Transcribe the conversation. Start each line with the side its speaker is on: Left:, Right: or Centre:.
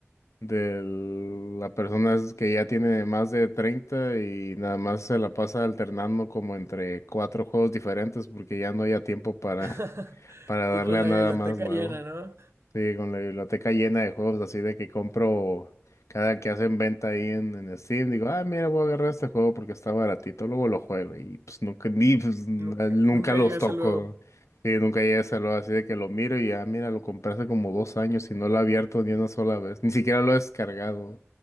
Left: del, la persona es que ya tiene más de 30 y nada más se la pasa alternando como entre cuatro juegos diferentes porque ya no haya tiempo para,
Right: <laughs>
Left: <laughs> para darle
Right: Y con
Left: a
Right: la
Left: nada
Right: biblioteca
Left: más nuevo.
Right: llena, ¿no?
Left: Sí, con la biblioteca llena de juegos así de que compro cada que hacen venta ahí en, en Steam, digo, ah, mira, voy a agarrar este juego porque está baratito, luego lo juego y pues nunca, ni, pues, n-
Right: Nunca,
Left: nunca
Right: nunca
Left: los
Right: llegas
Left: toco.
Right: a luego.
Left: Sí, nunca llegué a hacerlo así de que lo miro y ah, mira, lo compré hace como dos años y no lo he abierto ni una sola vez, ni siquiera lo he descargado.